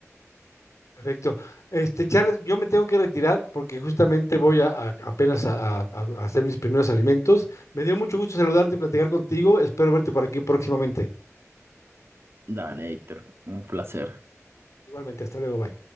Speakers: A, on the left; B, on the right.
A: Perfecto. Este, Charles, yo me tengo que retirar porque justamente voy a, a- apenas a, a- a hacer mis primeros alimentos. Me dio mucho gusto saludarte y platicar contigo. Espero verte por aquí próximamente.
B: Dale, Héctor, un placer.
A: Igualmente, hasta luego, bye.